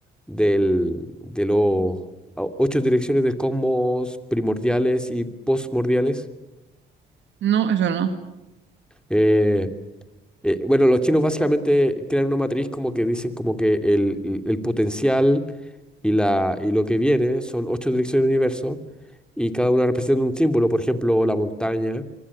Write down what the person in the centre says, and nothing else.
del de los o- ocho direcciones del cosmos primordiales y postmordiales.
Eh, eh, bueno, los chinos básicamente crean una matriz como que dicen como que el, el el potencial y, la, y lo que viene son ocho direcciones del universo y cada una representa un símbolo, por ejemplo, la montaña,